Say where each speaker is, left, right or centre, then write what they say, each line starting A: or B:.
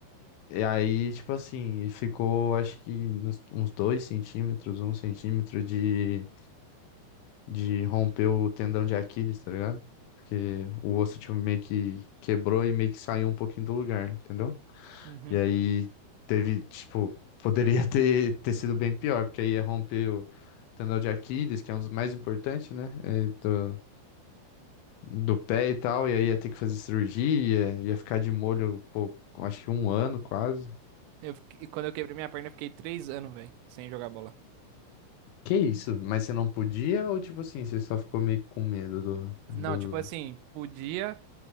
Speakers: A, on the left; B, on the right.
A: e aí, tipo assim, ficou, acho que nos- uns dois centímetros, um centímetro de de romper o tendão de Aquiles, tá ligado? Porque o osso tipo, meio que quebrou e meio que saiu um pouquinho do lugar, entendeu?
B: Uhum.
A: E aí teve, tipo, poderia <laughs> ter, ter sido bem pior, porque aí ia romper o tendão de Aquiles, que é um dos mais importantes, né? é, do, do pé e tal, e aí ia ter que fazer cirurgia, ia ficar de molho, pô, acho que um ano quase.
B: Eu fiquei- quando eu quebrei minha perna, eu fiquei três anos, velho, sem jogar bola.
A: Que isso? Mas você não podia ou tipo assim, você só ficou meio com medo do,
B: Não, tipo
A: do...
B: assim, podia.